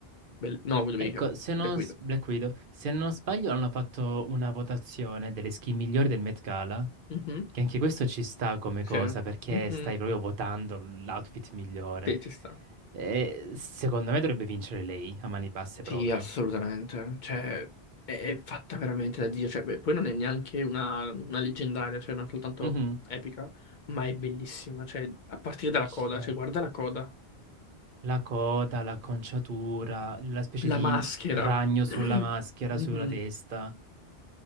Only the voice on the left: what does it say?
Bell- no, Widowmaker,
Black Widow.
Mhm,
Sì.
Mhm,
Sì, ci sta.
Sì,
assolutamente. Cioè, è, è fatta veramente da Dio. Cioè, beh, poi non è neanche una, una leggendaria, cioè non soltanto
epica, ma è bellissima. Cioè, a partire dalla
coda, cioè, guarda la coda.
La
maschera.
<clears throat>
Mhm.